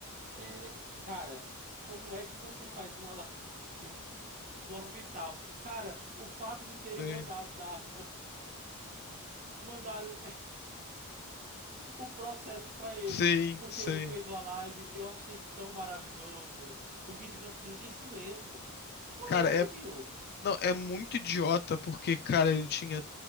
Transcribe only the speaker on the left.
Sim,
sim,
sei.
Cara,
é,
não, é muito idiota porque, cara, ele tinha